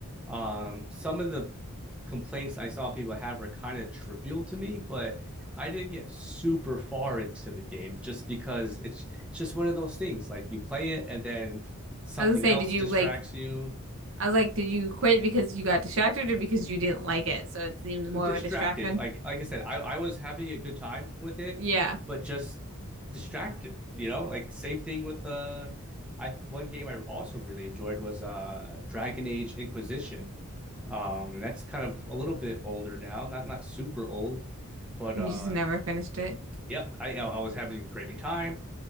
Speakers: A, in the centre; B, on the right.
A: Um, some of the complaints I saw people have were kind of trivial to me, but I didn't get super far into the game just because it's, it's just one of those things. Like you play it and then something
B: I was gonna
A: else
B: say, did you
A: distracts
B: like
A: you,
B: I was like, did you quit because you got distracted or because you didn't like it? So it seems more
A: distracted.
B: of a distraction.
A: Like like I said, I, I was having a good time with it,
B: Yeah.
A: but just distracted. You know, like same thing with uh, I one game I also really enjoyed was uh Dragon Age Inquisition. Um, that's kind of a little bit older now, not not super old, but
B: And
A: uh,
B: you just never finished it.
A: yep, I I was having a great time.